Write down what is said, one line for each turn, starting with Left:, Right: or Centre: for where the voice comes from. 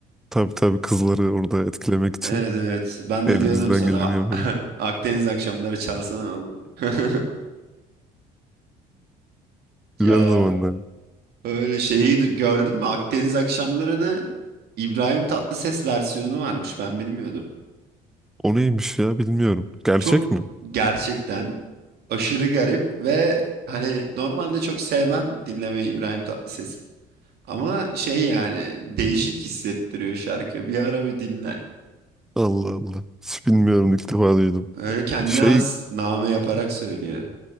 Centre: Tabii tabii kızları orada etkilemek için
Right: Evet evet. Ben
Centre: elimizden
Right: de diyordum sana
Centre: geleni yapıyor.
Right: <laughs> Akdeniz akşamları çalsana oğlum. <laughs> Ya
Centre: Güzel zamanlar.
Right: öyle şeyi du- gördün mü? Akdeniz akşamlarını İbrahim Tatlıses versiyonu varmış. Ben bilmiyordum.
Centre: O neymiş ya bilmiyorum. Gerçek
Right: Çok
Centre: mi?
Right: gerçekten aşırı garip ve hani normalde çok sevmem dinlemeyi İbrahim Tatlıses'i. Ama şey yani değişik hissettiriyor şarkı. Bir ara bir dinle.
Centre: Allah Allah. Hiç bilmiyorum ilk defa duydum.
Right: Böyle kendine
Centre: Şey
Right: has name yaparak söylüyor.